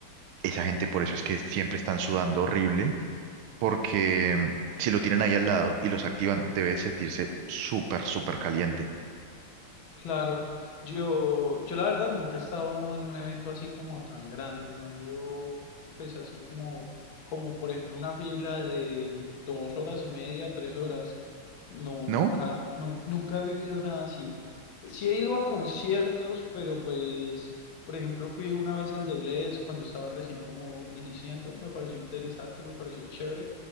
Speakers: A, on the right; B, on the left.
A: esa gente por eso es que siempre están sudando horrible, porque mm, si lo tienen ahí al lado y los activan, debe sentirse súper, súper caliente,
B: Claro, yo, yo la verdad nunca he estado en un evento así como tan grande, no he ido pues así como, como por ejemplo una fila de dos horas y media, tres horas, no,
A: ¿no?
B: nunca, nun- nunca he vivido nada así. Sí he ido a conciertos, pero pues, por ejemplo, fui una vez al de Bless cuando estaba recién como iniciando, me pareció interesante, me pareció chévere,